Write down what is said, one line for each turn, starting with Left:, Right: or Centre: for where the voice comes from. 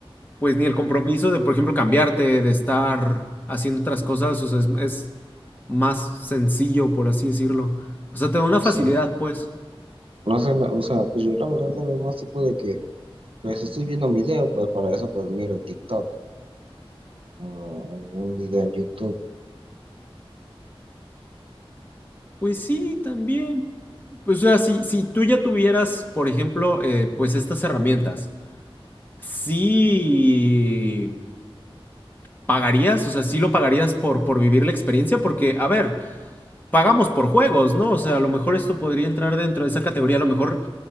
Left: pues ni el compromiso de, por ejemplo, cambiarte, de estar haciendo otras cosas, o sea, es, es más sencillo, por así decirlo. O sea, te da una
Right: No
Left: facilidad,
Right: sé,
Left: pues.
Right: no sé, la- o sea, pues yo la verdad lo veo más tipo de que, pues estoy viendo un video, pues para eso pues miro TikTok o algún video en YouTube.
Left: Pues sí, también. Pues o sea, si, si tú ya tuvieras, por ejemplo, eh, pues estas herramientas, sí pagarías, o sea, sí lo pagarías por, por vivir la experiencia, porque, a ver, pagamos por juegos, ¿no? O sea, a lo mejor esto podría entrar dentro de esa categoría, a lo mejor